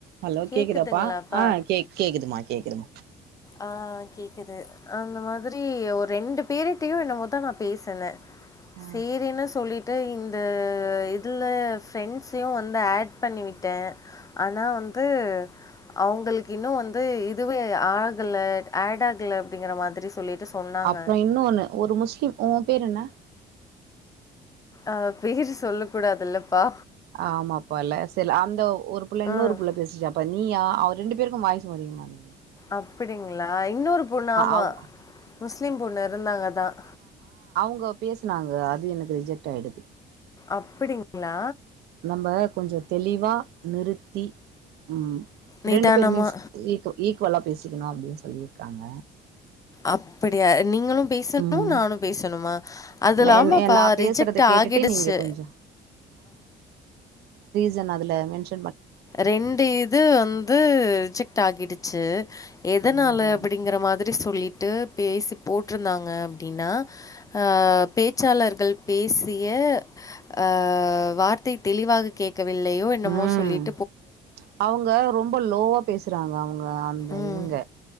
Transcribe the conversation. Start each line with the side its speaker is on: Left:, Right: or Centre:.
Right: Hello
Left: கேக்குதுங்களாப்பா?
Right: கேக்குதாப்பா ஆஹ் கேக் கேக்குதுமா கேக்குதுமா
Left: ஆஹ் கேக்குது அந்த மாதிரி ஒரு ரெண்டு பேரிட்டையும் என்ன மொத்தான் நான் பேசனேன்
Right: ஆ
Left: சேரின்னு சொல்லிட்டு இந்த இதுல பிரண்ட்ஸையும் வந்து ஆட் பண்ணி விட்டேன் ஆனா வந் து அவங்களுக்கு இன்னும் வந்து இதுவே ஆகல ஆட் ஆகல அப்படிங்கற மாதிரி சொல்லிட்டு சொன்னாங்க.
Right: அப்பறம் இன்னொ ஒண்ணு ஒரு முஸ்லிம் உம் பேர் என்ன
Left: ஆஹ் பேரு சொல்ல கூடாதுல்லப்பா
Right: ஆமாப்பல சில அந்தோவ் ஒரு புள்ள இன்னொரு
Left: ம்.
Right: புள்ளை பேசிச்சாப்பன் நீயா அவர் ரெண்டு பேருக்கும் வாய்சு ஒரே மாரி இருக்
Left: அப்படிங்களா இன்னொரு பொண்ணு ஆமா
Right: அவ்
Left: முஸ்லீம் பொண்ணு இருந்தாங்க தான்
Right: உங்க பேசுனாங்க அது எனக்கு ரிஜெக்ட் ஆயிடுது
Left: அப்படிங்களா
Right: நம்ம கொஞ்சம் தெளிவா நிறுத்தி உம்
Left: நிதானமா.
Right: ரெண்டு பேருமே ஸ் ஈக்கோ ஈக் ஈக்குவலா பேசிக்கணும் அப்படின்னு சொல்லியிருக்காங்க
Left: அப்படியா நீங்களும் பேசணும்
Right: ம்
Left: நானும் பேசணுமா அதுல
Right: என்
Left: ஆமா
Right: என்
Left: பா
Right: நா பேசுறத
Left: ரிஜெக்ட்
Right: கேட்டுட்டு
Left: ஆகிடுச்சு
Right: நீங்க கொஞ்சோ ஜன் அதல மென்ஷ்
Left: ரெண்டு இது வந்து ரிஜெக்ட் ஆகிடுச்சு எதனால
Right: ம்
Left: அப்படிங்கற மாதிரி சொல்லி ட்டு பேசி போட்டிருந்தாங்க அப்படின்னா ஆன் பேச்சாளர்கள் பேசிய அ வார்த்தை தெளிவாக கேட் கவில்லையோ என்னமோ
Right: ம்
Left: சொல்லி இருக்
Right: அவங்க ரொம்ப லோவா பேசுறாங்க அவங்க வா அந்த
Left: ம்.
Right: இவங்க